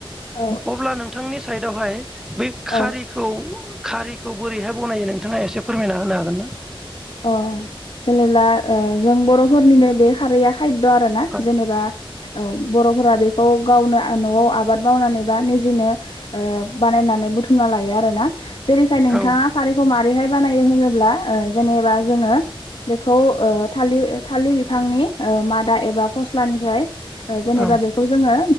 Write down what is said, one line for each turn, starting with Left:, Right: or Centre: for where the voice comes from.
Left: औ
Centre: अब्ला नोंथांनि साइदावहाय बै खारिखौ
Left: औ
Centre: खारिखौ बोरैहाय बनायो नोंथाङा एसे फोरमायना होनो हागोन ना
Left: अ जेनेबा ओ जों बरफोरनिनो बे खारैया खाय्द आरो ना
Centre: औ
Left: जेनेबा औ बरफोरा बेखौ गावनो नआव आबाद मावनानै बा निजिनो ओ बानायनानै बुथुमना लायो आरो ना जेरैखाय नोंथाङा
Centre: औ
Left: खारैखौ मारैहाय बानायो होनोब्ला ओ जेनेबा जोङो बेखौ ओ था लिर थालिर बिफांनि ओ मादा एबा फसलानिफ्राय ओ जेनेबा
Centre: औ
Left: बेखो जोङो